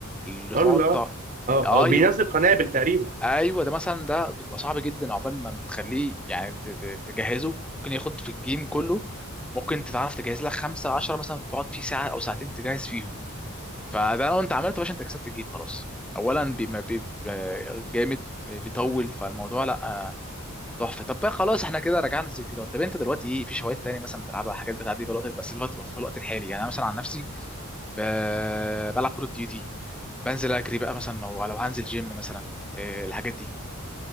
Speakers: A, in the centre; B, on the right.
A: اللي تقعد
B: الله
A: ت-
B: اه
A: ايوه
B: اه بينزل قنابل تقريبا
A: ايوه ده مثلا ده بتبقى صعب جدا عقبال ما بتخليه يعني ت- ت- تجهزه ممكن ياخد في الجيم كله ممكن انت تعرف تجهز لك خمسة عشرة مثلا تقعد فيه ساعة أو ساعتين تجهز فيهم فده لو انت عملته يا باشا انت كسبت الجيم خلاص أولا بي ما بي ب- جامد بيطول فالموضوع لا تحفه طب بقى خلاص احنا كده رجعنا الذكريات طب انت دلوقتي ايه في هوايات تاني مثلا بتلعبها حاجات بتعدي بيها وقتك بس الوقت في الوقت الحالي يعني انا مثلا عن نفسي ب... بلعب كول اوف ديوتي بنزل اجري بقى مثلا لو لو هنزل جيم مثلا إيه الحاجات دي